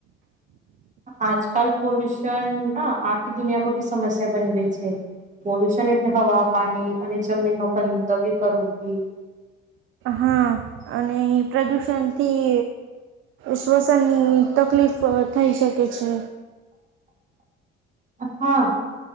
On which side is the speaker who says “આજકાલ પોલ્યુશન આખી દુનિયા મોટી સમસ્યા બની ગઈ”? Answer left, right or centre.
Right